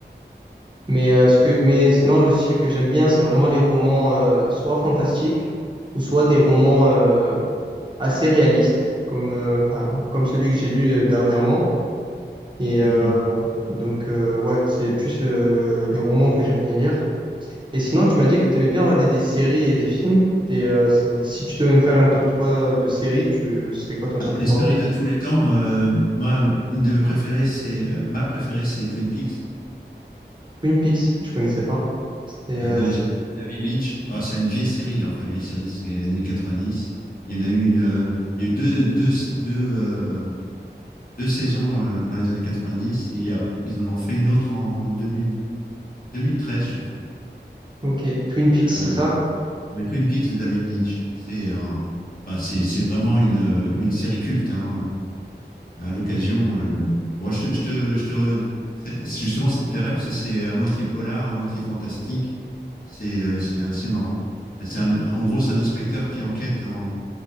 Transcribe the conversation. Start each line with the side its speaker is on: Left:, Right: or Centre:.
Left: D'accord.
Right: Mais, euh, ce que... mais sinon, le style que j'aime bien, c'est vraiment les romans euh, soit fantastiques ou soit des romans euh, assez réalistes, comme, euh, enfin, comme celui que j'ai lu euh, dernièrement. Et,
Left: D'accord.
Right: euh, et donc, euh, ouais, c'est plus euh, les romans que j'aime bien lire. Et sinon, tu m'as dit que tu aimais bien regarder des séries et des films. Et, euh, c'est- si tu devais me faire un top trois de séries, tu ce serait quoi ton
Left: Ah,
Right: top trois
Left: Les séries de tous les temps, euh, moi, une de mes préférées, c'est euh, ma préférée, c'est Twin Peaks
Right: Twin Peaks, je connaissais pas. Et,
Left: euh,
Right: euh,
Left: de,
Right: c-
Left: de David Lynch. Ah, c'est une vieille série, hein. Enfin, vieille série, c'est années 90. Il y en a eu une, euh, il y a eu deux, deux, deux, euh, deux saisons euh, dans les années 90 et il y a- ils en ont fait une autre en 2000 2013, je crois.
Right: ok, Twin
Left: Et,
Right: Peaks, c'est
Left: euh,
Right: ça?
Left: ouais, Twin Peaks de David Lynch. C'est un- enfin, c'est, c'est vraiment une, euh, une série culte. hein. À l'occasion, euh, moi, je te, je te, je te- c'est- justement, ça te plairait parce que c'est à moitié polar, à moitié fantastique. C'est euh, c'est assez marrant. C'est un- en gros, c'est un inspecteur qui enquête en,